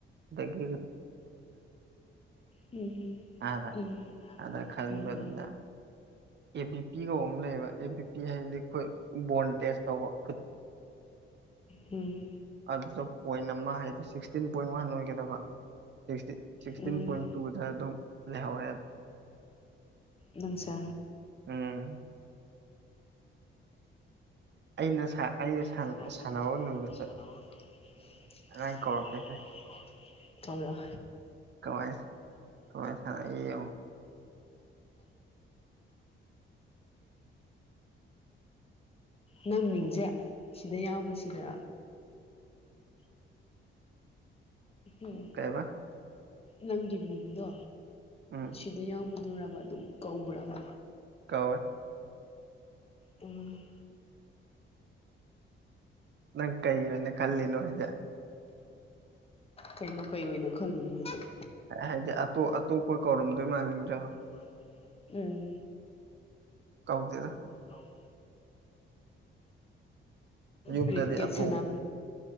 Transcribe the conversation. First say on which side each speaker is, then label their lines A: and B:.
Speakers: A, on the right; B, on the left.
A: ꯗꯒꯤ
B: ꯎꯝ
A: ꯑꯗ
B: ꯎꯝ
A: ꯑꯗ ꯈꯕ
B: ꯎꯝ
A: ꯑꯗꯨꯗ ꯑꯦ ꯕꯤ ꯄꯤ ꯀꯧꯕ ꯑꯃ ꯂꯩꯌꯦꯕ ꯑꯦ ꯕꯤ ꯄꯤ ꯍꯥꯏꯗꯤ ꯑꯩꯈꯣꯏ ꯕꯣꯟ ꯇꯦꯁ ꯇꯧꯕꯠ
B: ꯎꯝ
A: ꯑꯗꯨꯗ ꯄꯣꯏꯟ ꯑꯃ ꯍꯥꯏꯗꯤ ꯁꯤꯛꯁꯇꯤꯟ ꯄꯣꯏꯟ ꯋꯥꯟ ꯑꯣꯏꯒꯗ ꯁꯤꯛꯁꯇꯤ ꯁꯤꯛꯁꯇꯤꯟ
B: ꯎꯝ
A: ꯄꯣꯏꯟ ꯇꯨꯗ ꯑꯗꯨꯝ ꯂꯩꯍꯧꯔꯦ꯫
B: ꯅꯪꯁꯦ꯫
A: ꯎꯝ ꯑꯩꯅ ꯑꯩ
B: ꯑꯩꯩꯅ ꯁꯔꯀꯒꯤ
A: ꯁꯥꯟꯅꯕ ꯅꯨꯃꯤꯠꯇ
B: ꯁꯅ <unintelligible>
A: ꯅꯪ ꯀꯧꯔꯛꯀꯦꯁꯦ
B: ꯊꯃꯦ <unintelligible>
A: ꯀꯃꯥꯏꯁ ꯀꯋꯥꯥꯏ ꯁꯥꯅꯩ ꯌꯦꯡꯉꯣ
B: ꯅꯪ ꯃꯤꯡꯁꯦ ꯁꯤꯗ ꯌꯥꯎꯕꯁꯤꯔꯥ ꯎꯝ
A: ꯀꯩꯕ
B: ꯅꯪꯒꯤ ꯃꯤꯡꯗꯣ
A: ꯎꯝ
B: ꯁꯤꯗ ꯌꯥꯎꯕꯗꯨꯔꯕ ꯑꯗꯨꯝ ꯀꯧꯕ꯭ꯔꯕ
A: ꯀꯋꯦ
B: ꯑ
A: ꯅꯪ ꯀꯩꯕꯅꯦ ꯀꯜꯂꯤꯅꯣꯖ
B: ꯀꯩꯅꯣ ꯀꯩ ꯑꯣꯏꯅ ꯈꯜꯂꯤꯅꯣ ꯍꯥꯏꯗꯤꯛ
A: ꯍꯥꯏꯗꯤ ꯑꯇꯣꯞ ꯑꯇꯣꯞꯄ ꯀꯧꯔꯝꯗꯣꯏ ꯃꯥꯂꯝꯗ꯭ꯔꯕ
B: ꯍ ꯎꯝ
A: ꯀꯧꯗꯦꯗ꯫
B: ꯍꯥꯎ <unintelligible>
A: ꯌꯨꯝꯗꯗꯤ
B: ꯀꯔꯤꯀꯦꯠ
A: ꯑꯇꯣꯝ
B: ꯁꯅꯝ